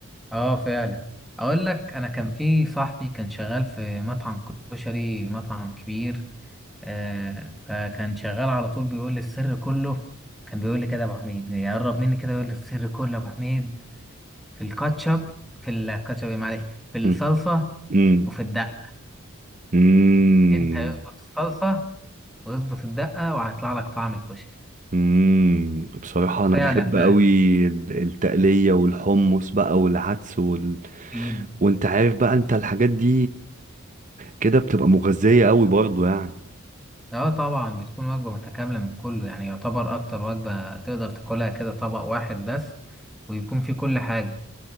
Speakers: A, in the centre; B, on the right.
A: اه فعلا اقول لك انا كان في صاحبي كان شغال في مطعم كشري مطعم كبير آه فكان شغال على طول بيقول لي السر كله كان بيقول لي كده يا ابو حميد يقرب مني كده يقول لي السر كله يا ابو حميد في الكاتشب في الكاتشب إيه معلش في الصلصة
B: مم. مم.
A: وفي الدقة
B: مم.
A: انت يظبط الصلصة ويظبط الدقة وهيطلع لك طعم الكشري
B: مم. بصراحة
A: وفعلا
B: أنا بحب أوي
A: بقى
B: ال- التقلية والحمص بقى والعدس وال...
A: في
B: وأنت عارف بقى أنت الحاجات دي كده بتبقى مغذية أوي برضو يعني
A: اه طبعا بتكون وجبة متكاملة من كله يعني يعتبر أكتر وجبة تقدر تاكلها كده طبق واحد بس ويكون فيه كل حاجة